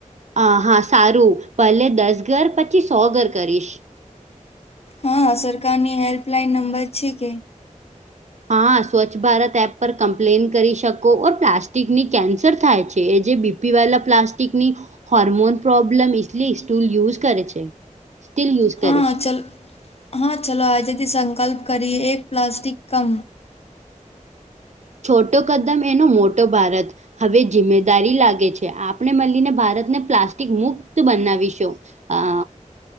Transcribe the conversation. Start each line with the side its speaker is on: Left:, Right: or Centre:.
Right: હ હા સારું પચી દસ ઘર પછી સો ઘર કરીશ
Left: હા સરકારની હેલ્પલાઈન નંબર છે કે
Right: હા સ્વચ્છ ભારત એપ પર કમ્પ્લેન કરી શકો ઓર પ્લાસ્ટિકની કેન્સર થાય છે એ જે બી બીપીવાલા પ્લાસ્ટિક ની હોર્મોન પ્રોબ્લેમ ઇલી સ્ટૂલ યુઝ કરે છે સ્ટીલ યુઝ
Left: હા
Right: કરે છે
Left: ચાલ હા ચાલો આજથી સંકલ્પ કરીએ એક પ્લાસ્ટિક કમ
Right: છોટો કદમ એનો મોટો ભારત હવે જિમ્મેદારી લાગે છે આપણે મળીને ભારતને પ્લાસ્ટિક મુક્ત બનાવીશું અ